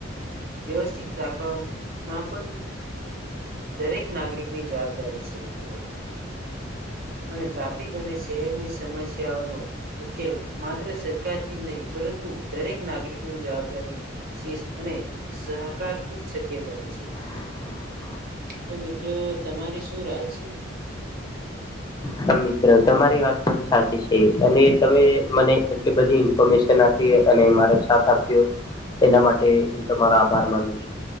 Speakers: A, on the right; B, on the left.
A: વ્યવસ્થિત રાખવાવામાં પણ દરેક નાગરિકની જવાબદારી છે મિત્ર. અને ટ્રાફિક અને શહેરની સમસ્યાઓનો ઉકેલ માત્ર સરકારથી નહીં પરં તુ દરેક નાગરિક ની જવાબદારી શિસ્ત અને સહકારથી જ શક્ય બને છે.
B: <inaudible>
A: તો મિત્ર તમારી શું રાય છે?
B: હા, મિત્ર તમારી વાત પણ સાચી છે. અને તમે મને એટલી બધી ઇન્ફોર્મેશન આ પી અને મારો સાથ આપ્યો એના માટે હું તમારો આભાર માનું છું.